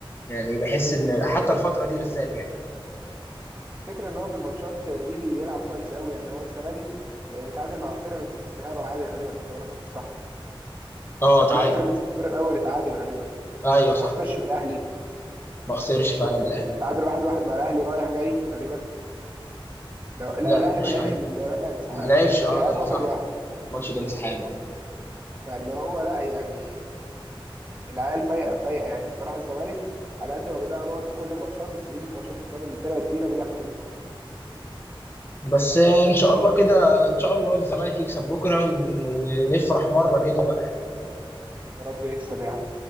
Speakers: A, on the left (about 25°); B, on the right (about 20°).
A: يعني بحس ان
B: بس
A: حتى
B: الفكره
A: الفتره دي بالذات يعني
B: الفكره ان هو في الماتشات دي بيلعب كويس قوي يعني هو السنه دي آه، متعادل مع بيراميدز في الذهاب عادي غالبا لو انا فاكر صح
A: اه
B: لما
A: تعادل
B: لعب بيراميدز في الدور الاول اتعادل غالبا
A: ايوه
B: وما
A: صح
B: خسرش من الاهلي
A: ما خسرش
B: مش
A: فعلا
B: فاكر
A: من الاهلي
B: التعادل واحد واحد مع الاهلي رايح جاي غالبا لو لا
A: لا
B: الاهلي
A: مش
B: ما لعبش
A: عارف
B: اللي راجع انسحاب
A: ما لعبش
B: الذهاب
A: اه ده
B: واحد
A: صح
B: واحد
A: الماتش ده انسحاب آه.
B: فاللي هو لا يعني العيال فايقه فايقه يعني الصراحه الزمالك على قد ما بدأ نقط في كل الماتشات بس بيجي في ماتشات قدام الفرق التقيله بيلعب حلو برضه
A: بس ان شاء الله كده ان شاء الله الزمالك يكسب بكره ون- ونفرح مره كده بقى
B: يا رب يكسب يا عم